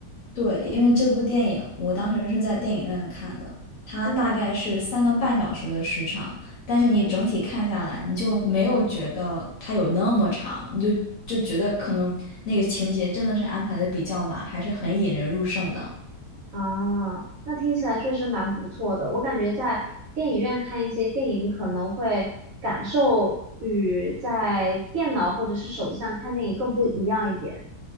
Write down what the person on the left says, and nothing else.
对，因为这部电影我当时是在电影院看的，它大概是三个半小时的时长，
但是你整体看下来，
你就没有觉得它有那么长，你就就觉得可能那个情节真的是安排的比较满，还是很引人入胜的。